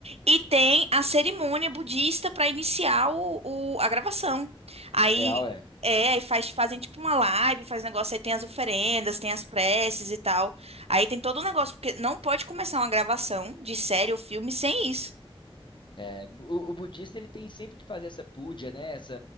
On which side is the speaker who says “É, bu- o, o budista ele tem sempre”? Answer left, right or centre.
Left